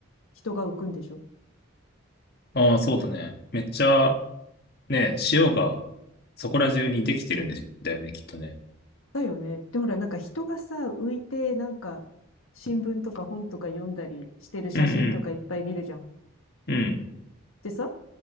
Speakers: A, on the left (about 80°); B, on the left (about 50°).
A: 人が浮くんでしょ
B: ああ、そうだね。めっちゃ、ね、塩がそこら中にできてるんで、だよね、きっとね。
A: だよね。で、ほら、なんか人がさ、浮いて、なんか、新聞とか本とか読んだりしてる写真とかいっぱい見るじゃん。
B: うんうん。うん。
A: でさ、